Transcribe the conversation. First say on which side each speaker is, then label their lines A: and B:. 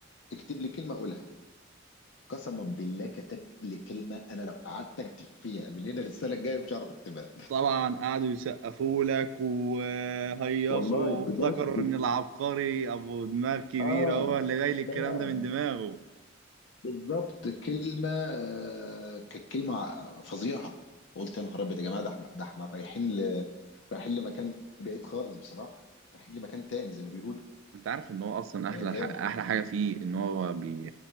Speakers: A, on the left; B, on the right.
A: اكتب لي كلمه اقولها قسما بالله كتب لي كلمه انا لو قعدت اكتب فيها من هنا للسنه الجايه مش هعرف اكتبها
B: طبعا قعدوا يسقفوا لك وهيصوا
A: <laughs> والله
B: وافتكروا
A: بجد
B: ان العبقري ابو دماغ كبيره
A: اه
B: هو اللي جاي لي الكلام
A: لا
B: ده من دماغه
A: بالظبط كلمة آه، كانت كلمة ع- فظيعة فقلت يا نهار أبيض يا جماعة ده احنا ده احنا رايحين ل... رايحين لمكان بعيد خالص بصراحة رايحين لمكان تاني زي ما بيقولوا
B: انت عارف ان هو اصلا
A: فجامد
B: احلى ح- احلى حاجه فيه ان هو بي...